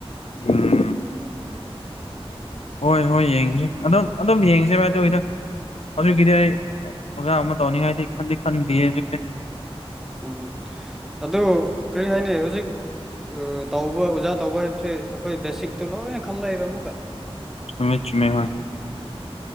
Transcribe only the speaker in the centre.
ꯎꯝ ꯑꯗꯨ ꯀꯔꯤ ꯍꯥꯏꯅꯤꯩ ꯍꯧꯖꯤꯛ ꯇꯧꯕ ꯑꯣꯖꯥ ꯇꯧꯕ ꯍꯥꯏꯕꯁꯦ ꯑꯩꯈꯣꯏ ꯕꯦꯁꯤꯛꯇꯨ ꯂꯣꯏꯅ ꯈꯪꯂꯛꯑꯦꯕ ꯑꯃꯨꯛꯀ
ꯎꯝ